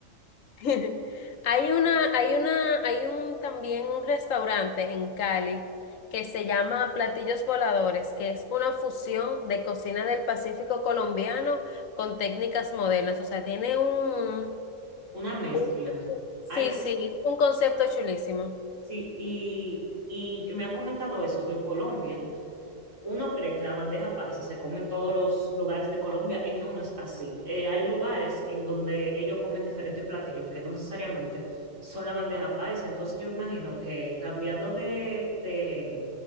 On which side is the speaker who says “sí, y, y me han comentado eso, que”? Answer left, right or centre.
Right